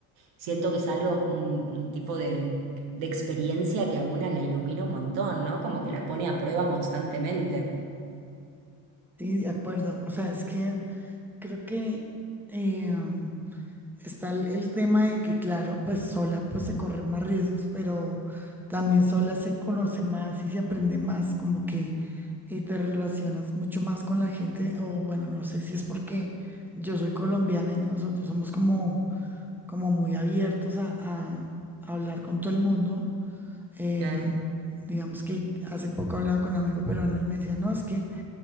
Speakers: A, on the right (about 70°); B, in the centre.
A: Siento que es algo, un, un tipo de, de experiencia que a una la ilumina un montón, ¿no? Como que la pone a prueba constantemente.
B: Sí, de acuerdo. O sea, es que... Creo que eh, mm, está el, el tema de que, claro, pues sola pues se corren más riesgos, pero también sola se conoce más y se aprende más, como que eh, te relacionas mucho más con la gente, o bueno, no sé si es porque yo soy colombiana y nosotros somos como, como muy abiertos a, a- a hablar con todo el mundo. Eh,
A: Claro,
B: digamos que hace poco hablaba con un amigo peruano, él me decía, no, es que...